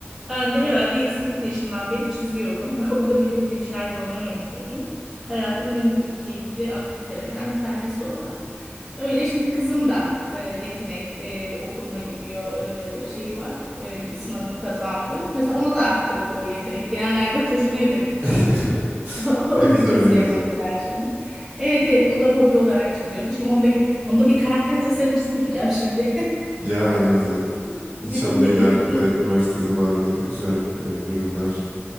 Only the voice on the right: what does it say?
<laughs>
Ne güzel
ne güzel.
Ya ne güzel.
İnşallah
ileride de
üniversite zamanında da güzel e, bölümler